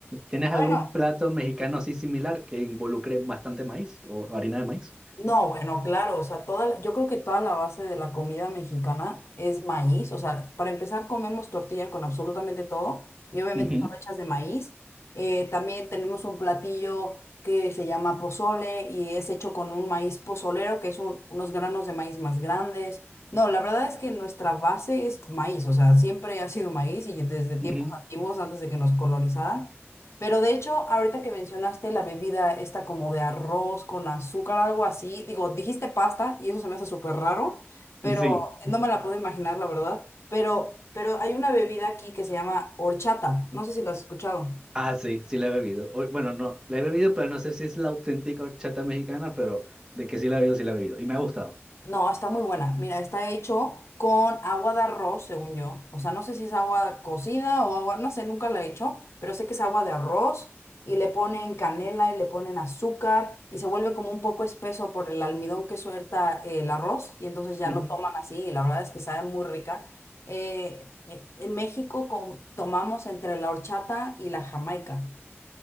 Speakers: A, on the right (about 15°); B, on the left (about 70°).
A: ¿Tienes
B: Bueno.
A: algún plato mexicano así similar que involucre bastante maíz o harina de maíz?
B: No, bueno, claro, o sea, toda, la- yo creo que toda la base de la comida mexicana es maíz, o sea, para empezar comemos tortilla con absolutamente todo y obviamente
A: Ujú,
B: son hechas de maíz. Eh, también tenemos un platillo que se llama pozole y es hecho con un maíz pozolero, que es un- unos granos de maíz más grandes. No, la verdad es que nuestra base es maíz, o sea, siempre ha sido maíz y desde tiempos
A: <laughs> ujú.
B: antiguos, antes de que nos colonizaran. Pero de hecho, ahorita que mencionaste la bebida esta como de arroz con azúcar, algo así, digo, dijiste pasta y eso se me hace súper raro, pero
A: Sí,
B: no me la puedo imaginar, la verdad. Pero, pero hay una bebida aquí que se llama horchata, no sé si la has escuchado.
A: ah, sí, sí la he bebido. O- bueno, no, la he bebido, pero no sé si es la auténtica horchata mexicana, pero de que sí la he bebido, sí la he bebido, y me ha gustado.
B: No, está muy buena. Mira, está hecho con agua de arroz, según yo. O sea, no sé si es agua cocida o agua, no sé, nunca la he hecho, pero sé que es agua de arroz y le ponen canela y le ponen azúcar y se vuelve como un poco espeso por el almidón que suelta el arroz y entonces ya
A: Ujú.
B: lo toman así y la verdad es que sabe muy rica. Eh, eh, en México com- tomamos entre la horchata y la jamaica.